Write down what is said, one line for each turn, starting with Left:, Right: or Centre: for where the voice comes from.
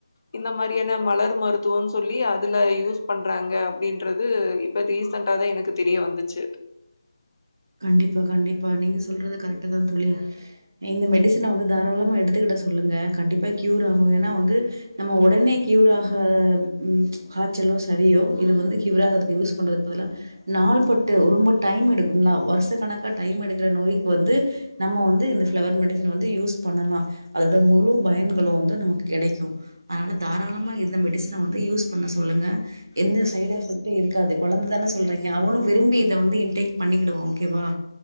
Left: இந்த மாரியான மலர் மருத்துவன்னு சொல்லி அதுல யூஸ் பண்றாங்க அப்டின்றது இப்ப ரீசண்டா தா எனக்கு தெரிய வந்துச்சு
Right: கண்டிப்பா கண்டிப்பா நீங்க சொல்றது கரெக்ட தா தோழி இந்த மெடிசின வந்து தாராளமா எடுத்துக்கிட சொல்லுங்க கண்டிப்பா க்யூர் ஆகு ஏன்னா வந்து நம்ம உடனே கியூராக ம் காய்ச்சலோ சளியோ இது வந்து கியூராகதுக்கு யூஸ் பண்ணுறக்கு பதிலா நாள் பட்டு ரொம்ப டைம் எடுக்கும் வருஷ கணக்காக டைம் எடுக்கிற நோய்க்கு வந்து நம்ம வந்து இந்த ஃப்ளவர் மெடிசின் வந்து யூஸ் பண்ணலா அதோட முழு பயன்களு வந்து நமக்கு கிடைக்கு அதனால தாராளமா இந்த மெடிசின வந்து யூஸ் பண்ண சொல்லுங்க எந்த சைட் எஃபெக்ட் இருக்காது கொழந்தை தான சொல்றீங்க அவனு விரும்பி இத வந்து இன்டேக் பண்ணி குவா